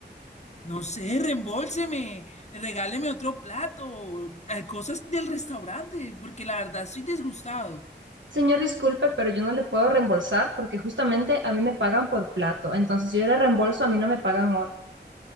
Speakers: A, on the left (about 40°); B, on the right (about 85°).
A: No sé, reembolseme, regáleme otro plato, eh, cosas del restaurante, porque la verdad estoy disgustado.
B: Señor, disculpe, pero yo no le puedo reembolsar porque justamente a mí me pagan por plato. Entonces, si yo le reembolso, a mí no me pagan hoy.